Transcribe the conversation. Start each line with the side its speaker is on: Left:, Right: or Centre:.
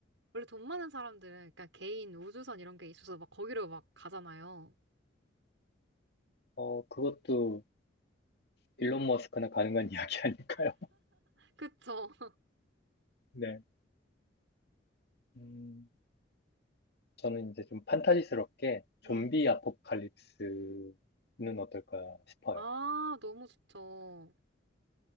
Right: 원래 돈 많은 사람들은 그러니까 개인 우주선 이런 게 있어서 막 거기로 막 가잖아요.
Left: 어, 그것도 일론 머스크나 가능한 이야기 아닐까요? <laughs>
Right: 그쵸. <laughs>
Left: 네. 음, 저는 이제 좀 판타지스럽게
Right: 네.
Left: 좀비 아포칼립스는 어떨까 싶어요.
Right: 아, 너무 좋죠.